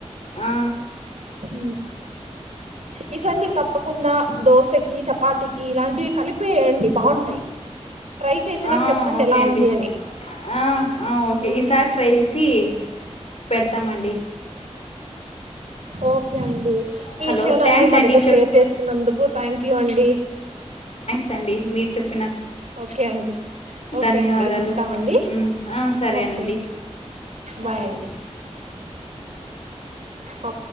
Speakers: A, on the left; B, on the right.
A: ఆ!
B: హు ఈ సారీ మీరు తప్ తప్పకుండా దోశ ఏ ఈ చపాతికి ఇలాంటివి కలిపేయండి బాగుంటాయి ట్రై చేసి నాకు
A: ఆ!
B: చెప్పండి
A: ఓకే
B: ఎలా
A: అండి.
B: ఉంది అని
A: ఆ! ఆ! ఓకే.
B: ఉ
A: ఈసారి ట్రై చేసి పెడతామండి
B: ఓకే అండి మీ
A: హలో!
B: విషయాల
A: థ్యాంక్స్
B: అన్నీ మా
A: అండి.
B: దగ్గర
A: చెప్
B: షేర్ చేసుకున్నందుకు థ్యాంక్ యూ అండి
A: తండి మీరు చెప్
B: ఓకే అండి ఓకే
A: ధన్యవాదాలు.
B: అండి ఉంటామండి
A: హ్మ్. ఆ! సరేనండి.
B: ఓకే Bye
A: okay.
B: అండి అఓ